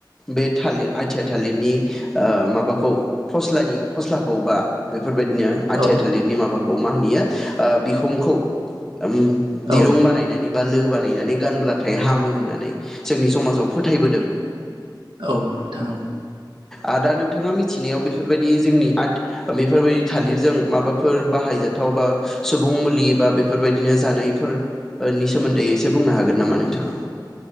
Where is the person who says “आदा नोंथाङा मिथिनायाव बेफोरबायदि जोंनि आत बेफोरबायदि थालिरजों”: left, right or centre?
Centre